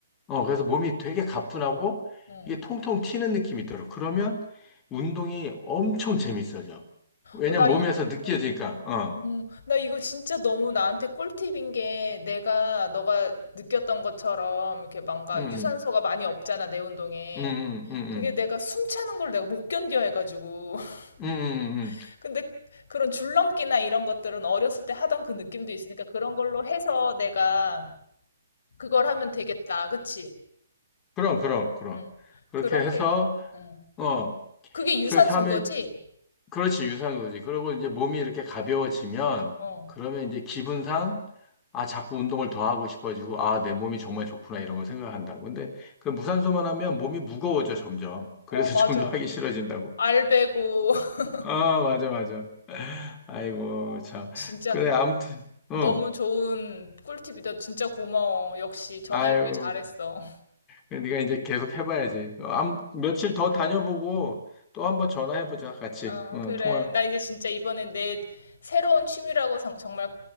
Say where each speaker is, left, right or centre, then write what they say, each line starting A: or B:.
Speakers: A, on the left; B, on the left.
A: 어, 그래서 몸이 되게 가뿐하고
B: 응.
A: 이게 통통 튀는 느낌이 들어. 그러면 운동이 엄청 재밌어져. 왜냐면
B: 어, 나
A: 몸에서
B: 이,
A: 느껴지니까,
B: 어,
A: 어,
B: 음, 나 이거 진짜 너무 나한테 꿀팁인 게 내가 너가 느꼈던 것처럼 이렇게 뭔가
A: 음,
B: 유산소가 많이 없잖아, 내 운동에.
A: 음, 음, 음,
B: 그게
A: 음,
B: 내가 숨 차는 걸 내가 못 견뎌 해가지고.
A: 음, 음, 음,
B: <laughs>
A: 음.
B: 근데 그런 줄넘기나 이런 것들은 어렸을 때 하던 그 느낌도 있으니까 그런 걸로 해서 내가 그걸 하면 되겠다. 그치?
A: 그럼, 그럼, 그럼.
B: 응.
A: 그렇게
B: 그렇게,
A: 해서,
B: 응.
A: 어,
B: 그게 유산소인거지?
A: 그렇게 하면, 그렇지, 유사한 거지. 그리고 이제 몸이 이렇게 가벼워지면,
B: 어.
A: 그러면 이제 기분상, 아, 자꾸 운동을 더 하고 싶어지고, 아, 내 몸이 정말 좋구나, 이런 걸 생각한다고. 근데 그 무산소만 하면 몸이 무거워져, 점점. 그래서
B: 어, 맞아.
A: <laughs> 점점 하기 싫어진다고.
B: 알 베고. <laughs>
A: 아, 맞아, 맞아. 아이고,
B: 어,
A: 참.
B: 진짜
A: 그래, 아무튼, 응.
B: 너무 좋은 꿀팁이다. 진짜 고마워. 역시 전화해보길
A: 아유,
B: 잘했어.
A: 네가 이제 계속 해봐야지. 어, 암- 며칠 더 다녀보고, 또 한번 전화해보자, 같이.
B: 음, 어,
A: 응,
B: 그래.
A: 통화.
B: 나 이제 진짜 이번에 내 새로운 취미라고 정- 정말